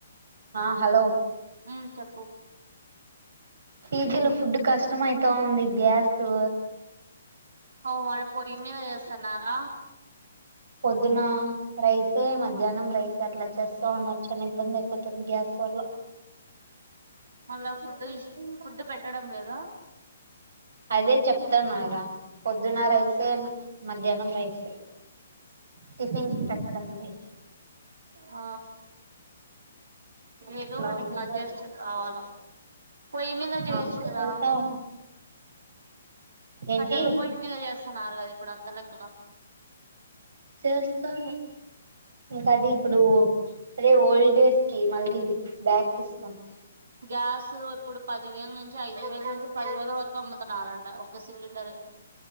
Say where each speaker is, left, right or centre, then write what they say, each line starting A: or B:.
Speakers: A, on the right; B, on the right.
A: ఆ హలో
B: ఉమ్మ్ చెప్పు
A: పీ జీ లో ఫుడ్ కష్టం అయితా ఉంది గ్యాసు
B: ఔ వాళ్ళు పొయ్యి మీద చేస్తన్నారా
A: పొద్దున రైసే మధ్యానం రైస్ అట్లా చేస్తావున్నారు చానా ఇబ్బంది ఐపోతుంది గ్యాస్ వల్ల
B: మళ్ళా ఫుడ్డు ఇష్ ఫుడ్డు పెట్టడం లేదా
A: అదే చప్తున్నా గా పొద్దున
B: ఆ
A: రైసే మ మధ్యా నం రైసే టిఫిన్స్ పెట్టడం లేదు
B: ఆ ఏదో
A: అట్లా
B: ఒకటింగ
A: ఉంది
B: అడ్జెస్ట్ కావాల పొయ్యి మీద చెయ్యొచ్చు
A: కావాలి
B: కదా
A: అవుతా ఉంది ఏంటి
B: కట్టెల పొయ్యి మీద చేస్తున్నారు కదా ఇప్పుడు అంత లెక్కగా
A: చేస్తారు ఇంకది ఇప్పుడు అదే ఓల్డ్ డేస్ కి మళ్ళీ బ్యాక్ ఇస్తాం
B: గ్యాస్ ఇప్పుడు పది వేల నుంచి ఐదు వేల నుంచి పదివేల వరకు అమ్ముతున్నారంట ఒక్క సిలిండరే